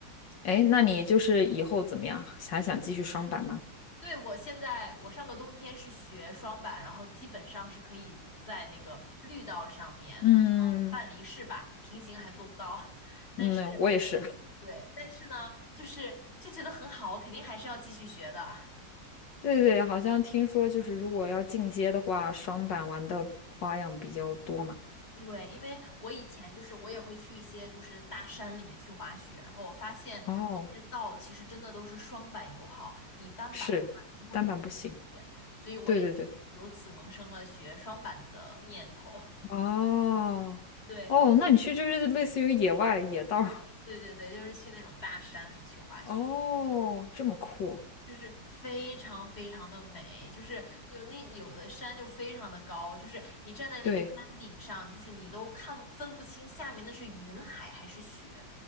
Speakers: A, on the left; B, on the left.
A: 哎，那你就是以后怎么样？还想继续双板吗？
B: 对，我现在我上个冬天是学双板，然后基本上是可以在那个绿道上面，
A: 嗯
B: 呃，半离式吧，平行还做不到，<laughs> 但是
A: 嗯，我也是。<laughs>
B: 对，但是呢，就是就觉得很好，我肯定还是要继续学的。
A: 对对，好像听说就是如果要进阶的话，双板玩的花样比较多嘛。
B: 对，因为我以前就是我也会去一些就是大山里面去滑雪，然后我发现那些道其实真的都是双板友好，
A: 哦，
B: 你单板的话就是会困难一些，
A: 是，单板不行。
B: 所以我也是由此萌生了学双板的念头。
A: 对对对。哦哦，
B: <laughs> 对。
A: 那你去就是类似于野外野道儿
B: 对对对，就是去那种大山里去滑雪，
A: <laughs> 哦，这么酷。
B: 就是非常非常的美，就是有那有的山就非常的高，就是你站在那个山顶上，
A: 对，
B: 就是你都看分不清下面那是云海还是雪